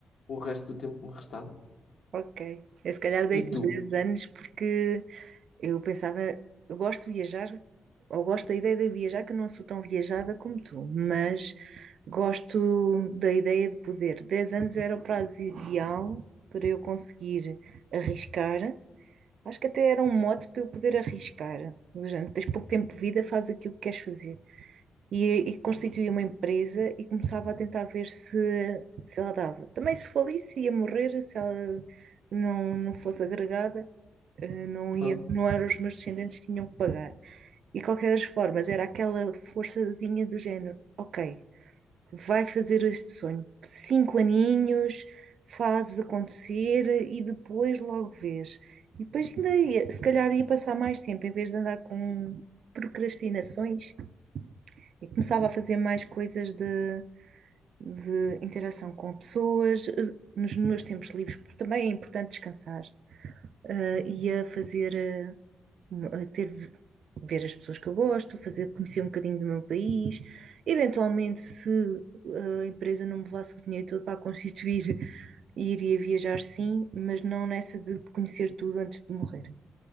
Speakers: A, on the left; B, on the right.
A: o resto do tempo que me restava.
B: Ok, eu se calhar deito
A: E tu?
B: os 10 anos porque Eu pensava, eu gosto de viajar, ou gosto da ideia de viajar, que eu não sou tão viajada como tu, mas gosto da ideia de poder. 10 anos era o prazo ideal para eu conseguir arriscar. Acho que até era um mote para eu poder arriscar. Do género, tens pouco tempo de vida, faz aquilo que queres fazer. E, e constituí uma empresa e começava a tentar ver se, se ela dava. Também se falisse, ia morrer, se ela não, não fosse agregada eh, não ia,
A: Ah,
B: não eram os meus descendentes que tinham que pagar. E de qualquer das formas, era aquela forçazinha do género, ok, vai fazer este sonho, cinco aninhos, fazes acontecer e depois logo vês. E depois ainda ia, se calhar ia passar mais tempo, em vez de andar com procrastinações, e começava a fazer mais coisas de, de interação com pessoas, eh, nos meus tempos livres, porque também é importante descansar, eh, ia fazer eh, ter, ver as pessoas que eu gosto, fazer, conhecer um bocadinho do meu país. Eventualmente, se eh, a empresa não me levasse o dinheiro todo para a constituir, <laughs> iria viajar sim, mas não nessa de conhecer tudo antes de morrer.